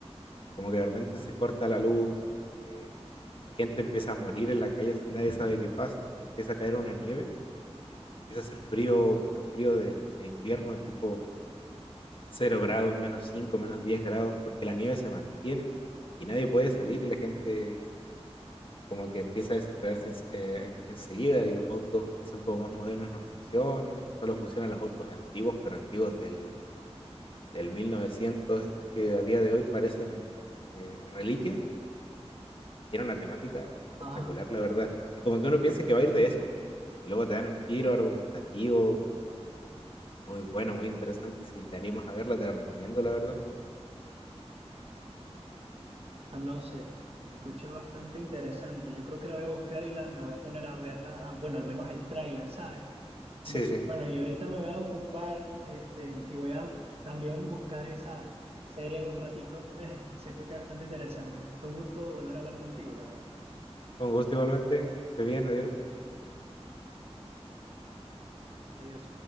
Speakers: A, on the left; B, on the right.
A: Como que de repente se corta la luz, eh, gente empieza a morir en la calle si nadie sabe qué pasa, empieza a caer una nieve, empieza a hacer frío, pero frío del, de invierno, tipo cero grados, menos 5, menos 10 grados, porque la nieve se mantiene y nadie puede salir y la gente como que empieza a desesperarse en- eh, en- enseguida y los autos que son como más modernos no funcionan, solo funcionan los autos antiguos, pero antiguos del, del 1900, estos que a día de hoy parecen eh, reliquias, era una temática espectacular,
B: ajá,
A: la verdad. Y como que uno piensa que va a ir de eso. Y luego te dan un giro argumentativo muy bueno, muy interesante. Si te animas a verla, te la recomiendo, la verdad.
B: Ah, no sé, se escucha bastante interesante. Yo creo que la voy a buscar y la, me voy a poner a verla, ah, bueno, al menos el tráiler, ¿sabes?
A: Sí,
B: Bu-
A: sí.
B: Bueno, y ahorita me voy a ocupar, este, y voy a también buscar esa serie en un ratito. <laughs> Se escucha bastante interesante. Fue un gusto volver a hablar contigo, la verdad.
A: Con gusto igualmente. Que estés bien, adiós.
B: Adiós.